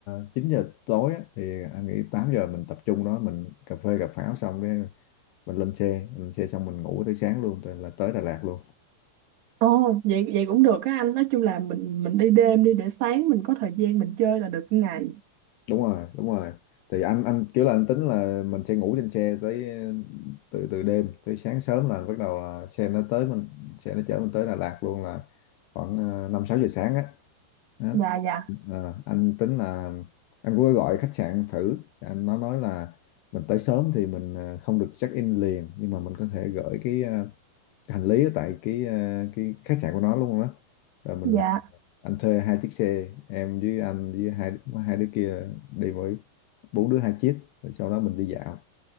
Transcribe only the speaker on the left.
uh, 9 giờ tối á, thì anh nghĩ 8 giờ mình tập trung đó mình cà phê cà pháo xong cái mình lên xe lên xe xong mình ngủ tới sáng luôn tới là tới Đà Lạt luôn
đúng rồi đúng rồi thì anh anh kiểu là anh tính là mình sẽ ngủ trên xe tới ờ, từ từ đêm tới sáng sớm là bắt đầu là xe nó tới mình xe nó chở mình tới Đà Lạt luôn là khoảng à, 5 6 giờ sáng á Đó.
Ờ, anh tính là anh cũng có gọi khách sạn thử anh nó nói là mình tới sớm thì mình ờ, không được check in liền nhưng mà mình có thể gửi cái ờ, hành lý ở tại cái ờ, cái khách sạn của nó luôn đó rồi mình
anh thuê hai chiếc xe em với anh với hai hai đứa kia đi mỗi bốn đứa hai chiếc rồi sau đó mình đi dạo